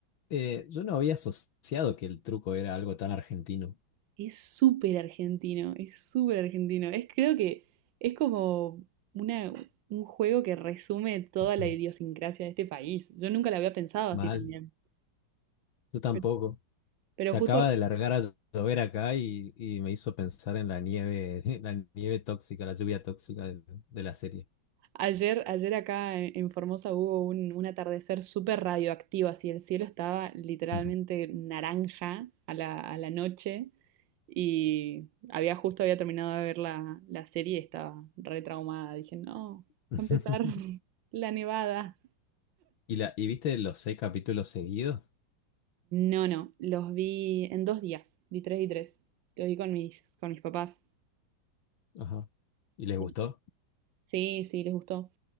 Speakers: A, on the left; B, on the right.
A: eh, yo no había asociado que el truco era algo tan argentino.
B: Es súper argentino, es súper argentino. Es, creo que es como una, un juego que resume toda
A: Ujú.
B: la idiosincrasia de este país. Yo nunca la había pensado así
A: Mal,
B: también.
A: yo tampoco.
B: Pero, pero
A: Se acaba
B: justo
A: de largar a llover acá y, y me hizo pensar en la nieve, <laughs> la nieve tóxica, la lluvia tóxica de, de la serie.
B: Ayer, ayer acá en en Formosa hubo un, un atardecer súper radioactivo, así el cielo estaba literalmente
A: Ujú.
B: naranja a la, a la noche y había justo había terminado de ver la, la serie y estaba re traumada. Dije, no, va
A: <laughs>
B: a empezar <laughs> la nevada.
A: ¿Y, la, y viste los seis capítulos seguidos?
B: No, no, los vi en dos días, vi tres y tres. Los vi con mis, con mis papás.
A: Ajá. ¿Y
B: Sí.
A: les gustó?
B: Sí, sí, les gustó.